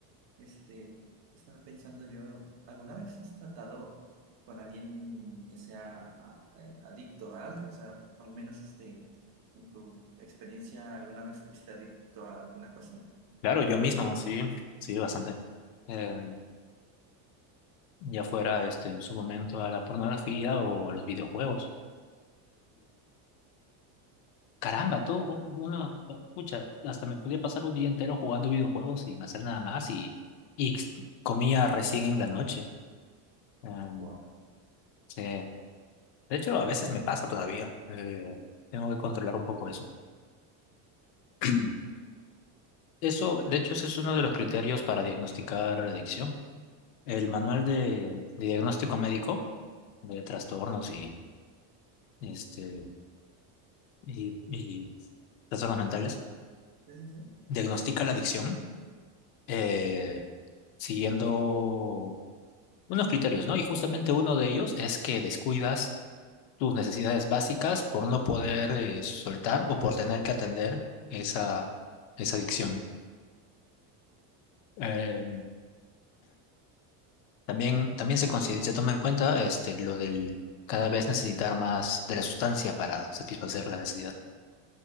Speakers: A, on the right; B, on the left.
A: Este, estaba pensando yo, ¿alguna vez has tratado con alguien que sea a- eh, adicto a algo? O sea, al menos este, en tu experiencia, ¿alguna vez fuiste adicto a alguna cosa?
B: claro, yo mismo, sí, sí, bastante. Eh, ya fuera este, en su momento a la pornografía o a los videojuegos. Caramba, todo uno, no, pucha, hasta me podía pasar un día entero jugando videojuegos sin hacer nada más y, y ex- comía recién en la noche. Em,
A: Wow.
B: sí. De hecho, a veces me pasa todavía. Eh, tengo que controlar un poco eso. <clears throat> Eso,
A: Sí,
B: de hecho, ese es uno de los criterios para diagnosticar la adicción. El manual de, de diagnóstico médico de trastornos y, este, y, y trastornos mentales
A: sí, sí.
B: diagnostica la adicción eh, siguiendo unos criterios, ¿no? Y justamente uno de ellos es que descuidas tus necesidades básicas por no poder eh, soltar o por tener que atender esa, esa adicción. Eh, también, también se, consi- se toma en cuenta este, lo del cada vez necesitar más de la sustancia para satisfacer la necesidad.